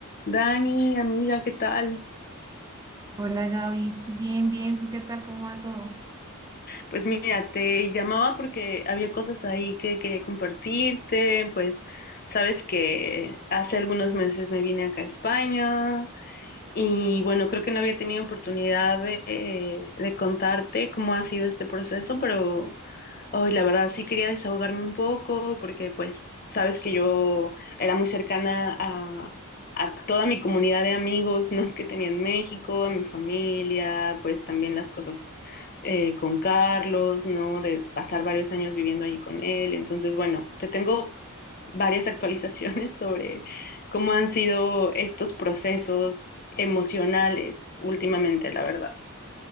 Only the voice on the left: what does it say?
Dani, amiga, ¿qué tal?
Pues mira, te llamaba porque había cosas ahí que quería compartirte, pues sabes que hace algunos meses me vine acá a España Y bueno, creo que no había tenido oportunidad de, eh, de contarte cómo ha sido este proceso, pero hoy la verdad sí quería desahogarme un poco porque pues sabes que yo era muy cercana a, a toda mi comunidad de amigos, ¿no? <laughs> que tenía en México, a mi familia, pues también las cosas eh, con Carlos, ¿no? De pasar varios años viviendo ahí con él. Entonces, bueno, te tengo varias actualizaciones <laughs> sobre cómo han sido estos procesos emocionales últimamente, la verdad.